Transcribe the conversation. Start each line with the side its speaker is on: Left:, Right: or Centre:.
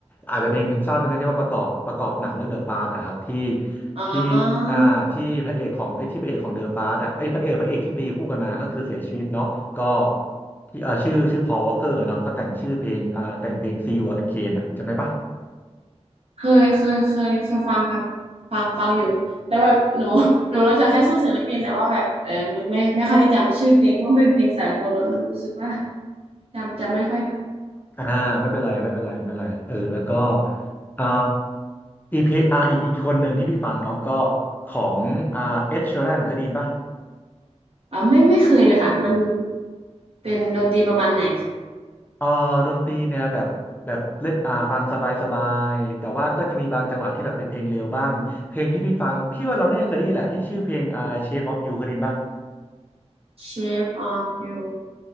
Left: อาจจะเพลงเพลงเศร้าตรงนั้นที่ว่าประกอบประกอบหนังเรื่อง The Fast อะครับที่
Right: อ๋อ
Left: ที่อ่าที่พระเอกของไอ้ยที่พระเอกของ The Fast อะไอ้ยพระเอกพระเอกที่ตีคู่กันมาก็คือเสียชีวิตเนาะก็ที่เอ่อชื่อชื่อ Paul Walker เนาะก็แต่งชื่อเพลงอ่าแต่งเพลง See You Again อะจำได้ปะ
Right: เคยเคยเคยเคยฟังครับฟังฟังอยู่แต่แบบหนูหนูรู้จักแค่ชื่อศิลปินแต่ว่าแบบเออไม่ไม่ไม่ค่อยได้จำชื่อเพลงว่ามันเป็นเพลงสากลเนอะมันรู้สึกว่าจำจำไม่ค่อยได้
Left: อ่าไม่เป็นไรไม่เป็นไรไม่เป็นไรเออแล้วก็อ่าอีพีอ่าอีกอีกคนหนึ่งที่พี่ฟังเนาะก็ของอ่าเอ็ดชีแรนเคยได้ยินปะ
Right: อ่าไม่ไม่เคยเลยค่ะมันเป็นดนตรีประมาณไหนคะ
Left: เออดนตรีเนี่ยแบบแบบเล่นอ่าฟังสบายสบายแต่ว่าก็จะมีบางจังหวะที่แบบเป็นเพลงเร็วบ้างเพลงที่พี่ฟังพี่ว่าเราเนี่ยเคยได้ยินแหละที่ชื่อเพลงอ่า Shape of You เคยได้ยินปะ
Right: Shape of You